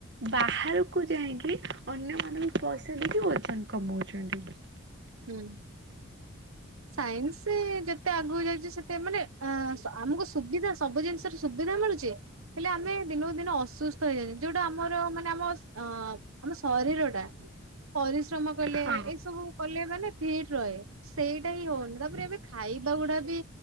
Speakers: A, on the right; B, on the right.
A: ବାହାରକୁ ଯାଇକି ଅନ୍ୟମାନଙ୍କୁ ପଇସା ଦେଇକି ଓଜନ କମଉଛନ୍ତି।
B: ହୁଁ ସାଇନ୍ସ ଯେତେ ଆଗକୁ ଯାଉଛି ସେତେ ମାନେ ଆମକୁ ସୁବିଧା ସବୁ ଜିନିଷରେ ସୁବିଧା ମିଳୁଛି ହେଲେ ଆମେ ଦିନକୁ ଦିନ ଅସୁସ୍ଥ ହେଇଯାଉଛେ ଯୋଉଟା ଆମର ମାନେ ଆମ ଅ ଆମ ଶରୀର ଟା ପରିଶ୍ରମ କଲେ
A: ହଁ
B: ଏସବୁ ମାନେ ଫିଟ ରହେ ସେଇଟା ହିଁ ହଉନି ତାପରେ ଏବେ ଖାଇବା ଗୁଡା ବି